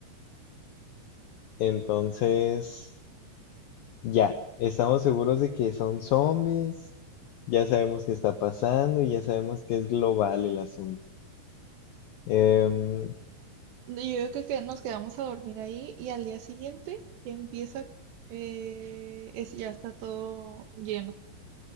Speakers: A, on the left; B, on the right.
A: Entonces... Ya, estamos seguros de que son zombies, ya sabemos qué está pasando y ya sabemos que es global el asunto. Em,
B: Y Yo creo que nos quedamos a dormir ahí y al día siguiente ya empieza, eh, es, ya está todo lleno.